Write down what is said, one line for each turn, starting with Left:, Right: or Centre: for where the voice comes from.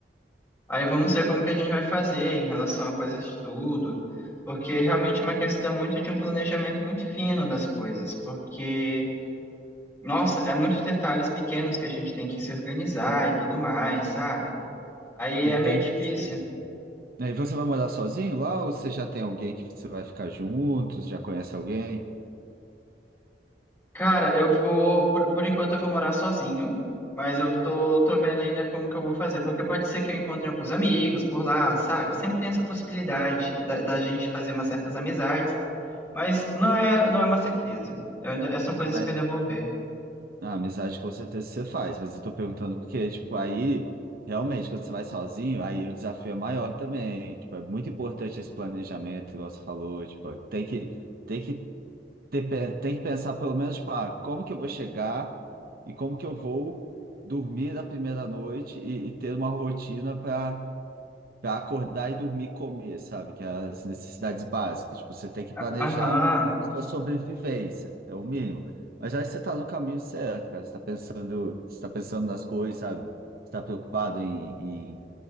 Left: Aí vamos ver como que a gente vai fazer em relação a coisas de tudo, porque realmente é uma questão muito de um planejamento muito fino das coisas, porque, nossa, é muitos detalhes pequenos que a gente tem que se organizar e tudo mais, sabe? Aí é
Right: E
Left: meio
Right: tem
Left: difícil.
Right: que ser. E você vai morar sozinho lá ou você já tem alguém que você vai ficar juntos, já conhece alguém?
Left: Cara, eu vou, por, por enquanto eu vou morar sozinho, mas eu tô, tô vendo ainda como que eu vou fazer, porque pode ser que eu encontre alguns amigos por lá, sabe? Sempre tem essa possibilidade que da, da gente fazer umas certas amizades. Mas não é, não é uma certeza. Eu ainda, essas são coisas
Right: Ai,
Left: que eu ainda vou ver.
Right: a amizade com certeza você faz, mas eu tô perguntando porque, tipo, aí, realmente, quando você vai sozinho, aí o desafio é maior também. Tipo, é muito importante esse planejamento, igual você falou, tipo, tem que, tem que ter, pe- tem que pensar pelo menos, tipo, ah, como que eu vou chegar e como que eu vou dormir a primeira noite e, e ter uma rotina para Pra acordar e dormir e comer, sabe? Que é as necessidades básicas. Tipo, você tem que planejar
Left: Aham,
Right: a sua sobrevivência, é o mínimo. Mas aí você tá no caminho certo, cara. Você tá pensando, você tá pensando nas coisas, sabe? Você tá preocupado em, em,